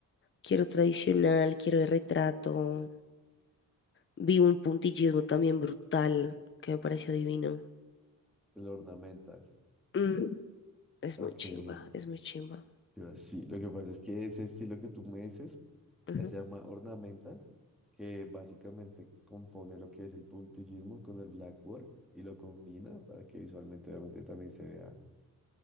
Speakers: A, on the left (about 35°); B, in the centre.
A: Quiero tradicional, quiero de retrato. Vi un puntillismo también brutal que me pareció divino.
B: El ornamental.
A: Mm, es
B: Ok,
A: muy chimba,
B: El
A: es muy chimba.
B: Sí, lo que pasa es que ese estilo que tú me dices
A: Ujú,
B: ya se llama ornamental, que básicamente compone lo que es el puntillismo con el blackboard y lo combina para que visualmente obviamente también se vea